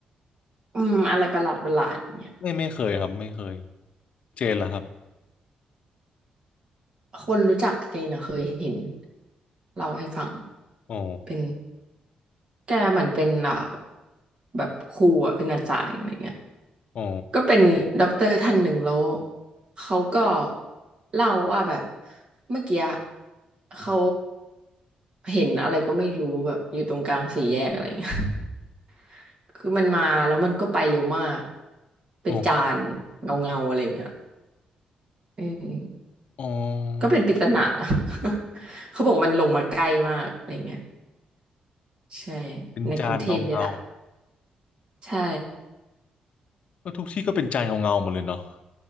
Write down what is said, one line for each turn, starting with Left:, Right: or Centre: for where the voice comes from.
Right: อืมอะไรประหลาดประหลาดเนี่ย
Left: ไม่ไม่เคยครับไม่เคยเจนแล้วครับ
Right: คนรู้จักเจนอะเคยเห็นเล่าให้ฟัง
Left: อ๋อ
Right: เป็นแกเหมือนเป็นอ่าแบบครูอะเป็นอาจารย์อะไรเงี้ย
Left: อ๋อ
Right: ก็เป็นด็อกเตอร์ท่านหนึ่งแล้วเขาก็เล่าว่าแบบเมื่อกี้เขาเห็นอะไรก็ไม่รู้แบบอยู่ตรงกลางสี่แยกอะไรเงี้ย <laughs> คือมันมาแล้วมันก็ไปเร็วมากเป็นจานเงาเงาอะไรเงี้ย
Left: อ๋อ
Right: เออ
Left: อ๋อ
Right: ก็เป็นปริศนา <laughs> เขาบอกว่ามันลงมาใกล้มากอะไรเงี้ยใช่
Left: เป็นจานเงาเงา
Right: ในกรุงเทพนี่แหละใช่
Left: ก็ทุกที่ก็เป็นจานเงาเงาหมดเลยเนาะ